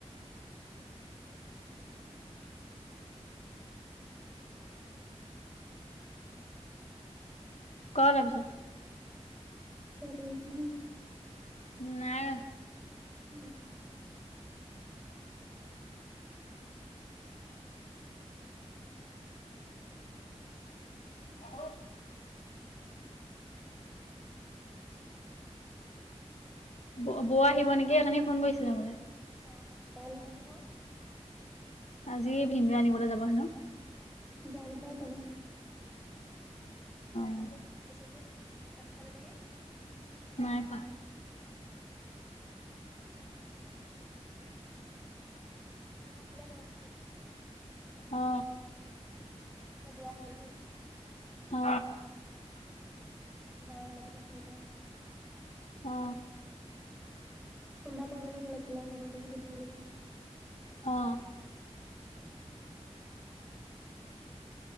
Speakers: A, on the left; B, in the centre.
A: ক তাৰ পিছত
B: <unintelligible>
A: নাই।
B: উম।
A: ভাত হল ব বৌ আহিব নেকি উথনি ফোন কৰিছিলে কিয় মানে।
B: অহ, কাইলৈ আহিব।
A: আজি ভিনদেউৱে আনিবলৈ যাব হেনু।
B: <unintelligible> তাত
A: অ
B: <unintelligible> কাত খালে নেকি?
A: নাই খোৱা
B: অহ <unintelligible> <unintelligible>
A: অ
B: বুঢ়া হবলৈ হল।
A: অ
B: <unintelligible> কৰে।
A: অ
B: খুন্দা কৰিবলৈ ভাল লাগছিলে <unintelligible>
A: অ অ